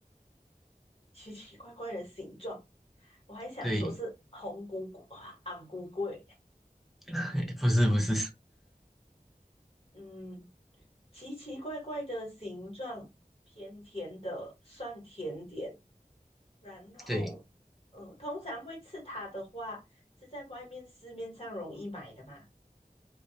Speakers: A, on the left; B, in the centre.
A: 奇奇怪怪的形状。我还想说是红菇菇、
B: 对，
A: 昂菇菇欸，
B: <laughs> 不是不是，
A: 嗯，奇奇怪怪的形状，偏甜的，算甜点，然后，
B: 对，
A: 呃，通常会吃它的话，是在外面市面上容易买的嘛。